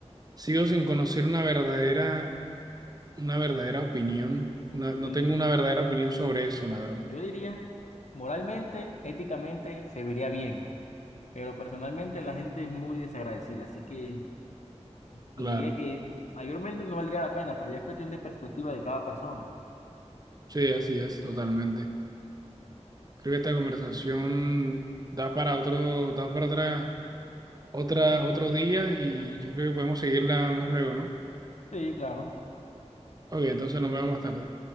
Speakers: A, on the right; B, on the left.
A: sigo sin conocer una verdadera una verdadera opinión. una-
B: Bueno,
A: no tengo
B: yo,
A: una verdadera opinión sobre eso, la verdad.
B: yo diría, moralmente, éticamente, se vería bien, pero personalmente la gente es muy desagradecida, así que
A: Claro.
B: y diría que mayormente no valdría la pena, pero ya es cuestión de perspectiva de cada persona.
A: Sí, así es, totalmente. Creo que esta conversación da para otro, da para otra, otra, otro día y yo creo que podemos seguirla más luego, ¿no?
B: Sí, claro.
A: Ok, entonces nos vemos más tarde.